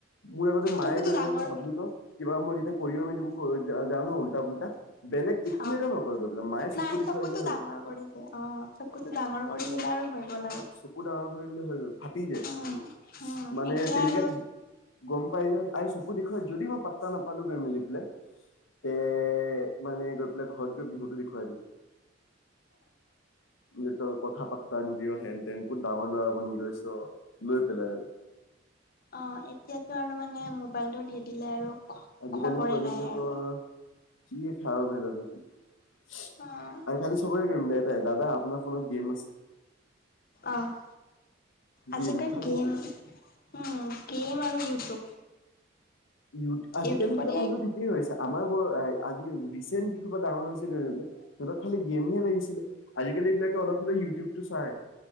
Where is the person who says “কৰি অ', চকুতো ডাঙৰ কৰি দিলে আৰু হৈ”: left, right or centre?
Left